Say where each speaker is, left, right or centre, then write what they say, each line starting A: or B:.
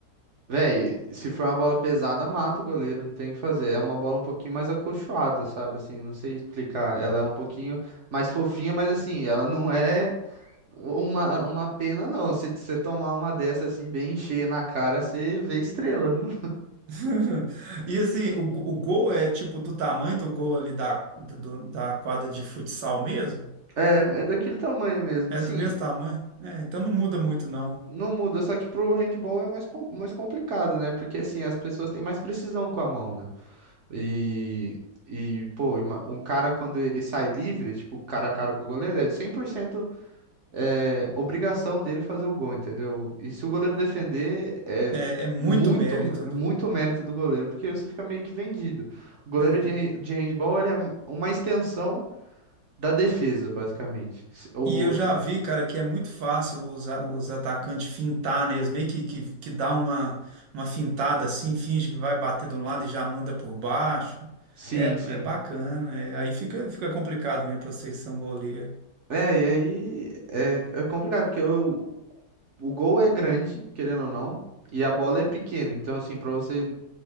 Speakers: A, on the right; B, on the right.
A: véi, se for uma bola pesada, mata o goleiro, não tem o que fazer. É uma bola um pouquinho mais acolchoada, sabe assim, não sei explicar. Ela é um pouquinho mais fofinha, mas assim, ela não é uma uma pena não. Se você tomar uma dessa assim bem cheia na cara, você vê estrela, viu?
B: <laughs> E assim, o, go- o gol é tipo do tamanho do gol ali da, do- da quadra de futsal mesmo?
A: É, é daquele tamanho mesmo.
B: É
A: Assim,
B: do mesmo tamanho? É, então não muda muito, não.
A: Não muda, só que pro handball é mais, com- mais complicado, né? Porque assim, as pessoas têm mais precisão com a mão, né? E, e pô, ima- um cara quando ele sai livre, tipo, cara a cara com o goleiro, é 100% é, obrigação dele fazer o gol, entendeu? E se o goleiro defender, é
B: É, é, é muito
A: muito,
B: mérito.
A: mé- muito mérito do goleiro, porque você fica meio que vendido. O goleiro
B: né?
A: de, han- de handball, ele é uma extensão da defesa, basicamente. Se- O,
B: E eu já vi, cara, que é muito fácil os, a- os atacantes fintar, né? Eles meio que, que, que dá uma, uma fintada assim, finge que vai bater de um lado e já manda por baixo.
A: sim,
B: É, é
A: sim.
B: bacana. é. Aí fica, fica complicado mesmo pra vocês que são goleiro.
A: É, e aí é, é complicado, porque eu, o gol é grande, querendo ou não, e a bola é pequena. Então, assim, pra você,